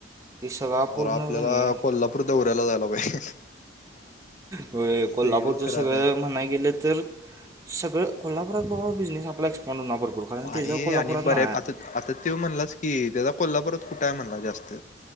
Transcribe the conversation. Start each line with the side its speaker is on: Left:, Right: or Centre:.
Right: ते सगळा पूर्ण
Left: जरा आपल्याला
Right: कने
Left: कोल्हापूर दौऱ्याला जायला पाहिजे
Right: होय
Left: सगळीकडे
Right: कोल्हापूरच
Left: फिराय
Right: सगळं
Left: पाहिजे
Right: म्हणाय गेलं तर. सगळं कोल्हापुरात भावा बिझस आपला होणार भरपूर कारण त्याचं
Left: अरे
Right: कोल्हापुरात
Left: आणि
Right: ना
Left: बर्या आता-आता त्यो म्हणलाच की त्याचा कोल्हापुरात कुठं हाय म्हणला त्यो. जास्त